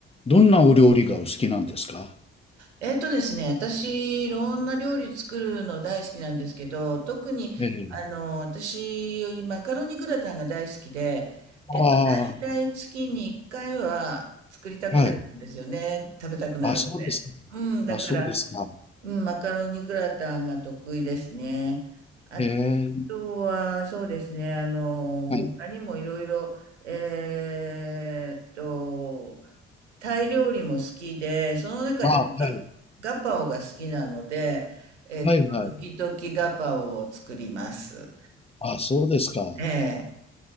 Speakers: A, on the left; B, on the right.
A: どんなお料理がお好きなんですか
B: えっとですね、私、いろんな料理作るの大好きなんですけど、特に、
A: ええ。
B: あの、私、マカロニグラタンが大好きで、えっと、
A: あ
B: 大体月に1回は作りたくなるんですよね。
A: あ、はい。
B: 食べたくなるので。
A: あ、そうですか
B: うん、だから、
A: あ、そうですか。
B: うん、マカロニグラタンが得意ですね。あ
A: ええ、
B: とは、そうですね、あの、
A: はい。
B: 他にもいろいろ、えーっと、タイ料理も好きで、その中でも
A: あ、はい。
B: ガパオが好きなので、えっと、
A: はいはい。
B: 時々ガパオを作ります。
A: あ、そうですか。
B: ええ。